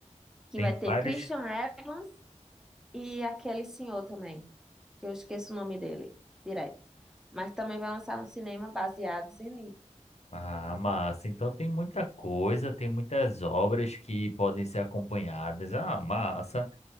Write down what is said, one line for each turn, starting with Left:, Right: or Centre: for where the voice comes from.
Centre: que
Left: Tem
Centre: vai ter
Left: várias.
Centre: Christian Evans e aquele senhor também, que eu esqueço o nome dele, direto. Mas também vai lançar um cinema baseado em livro.
Left: Ah, massa. Então tem muita coisa, tem muitas obras que podem ser acompanhadas. Ah, massa.